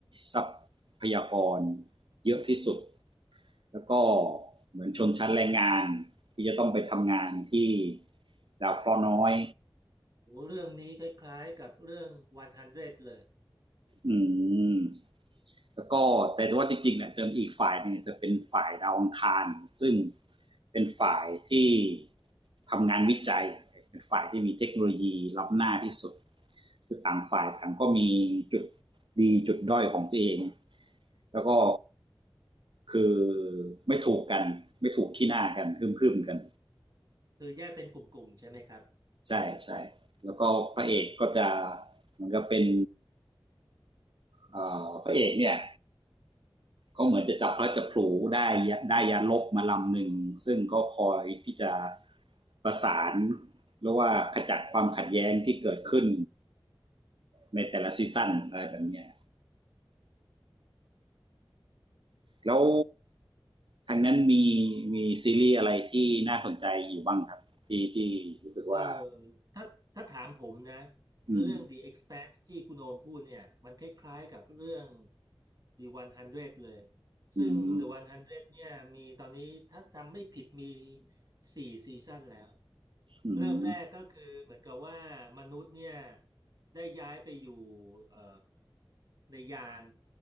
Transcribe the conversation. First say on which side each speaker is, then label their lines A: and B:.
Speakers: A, on the right; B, on the right.
A: ทรัพยากรเยอะที่สุด แล้วก็เหมือนชนชั้นแรงงานที่จะต้องไปทำงานที่ดาวเคราะห์น้อย
B: โหเรื่องนี้คล้ายๆกับเรื่อง100เลย
A: อืมแล้วก็แต่ว่าจริงๆเนี่ยจะอีกฝ่ายหนึงเ่จะเป็นฝ่ายดาวอังคารซึ่งเป็นฝ่ายที่ทำงานวิจัยเป็นฝ่ายที่มีเทคโนโลยีล้ำหน้าที่สุดคือต่างฝ่ายต่างก็มีจุดดีจุดด้อยของตัวเองแล้วก็คือไม่ถูกกันไม่ถูกขี้หน้ากันฮึ่มๆกัน
B: คือแยกเป็นกลุ่มๆใช่ไหมครับ
A: ใช่ใช่แล้วก็พระเอกก็จะเหมือนกับเป็นเอ่อพระเอกเนี่ยก็เหมือนจะจับพระจับผลูได้ได้ยานลบมาลำหนึ่งซึ่งก็คอยที่จะประสานหรือว่าขจัดความขัดแย้งที่เกิดขึ้นในแต่ละซีซั่นอะไรแบบเนี้ยแล้วทางนั้นมีมีซีรีส์อะไรที่น่าสนใจอยู่บ้างครับที่ที่รู้สึกว่า
B: เออถ้าถ้าถามผมนะ
A: อืม
B: เรื่อง The Expanse ที่คุณโอมพูดเนี่ยมันคล้ายๆกับเรื่อง The 100เลยซึ่ง
A: อืม
B: The 100เนี่ยมีตอนนี้ถ้าจำไม่ผิดมีสี่ซีซั่นแล้ว
A: อืม
B: เริ่มแรกก็คือเหมือนกับว่ามนุษย์เนี่ยได้ย้ายไปอยู่เอ่อในยาน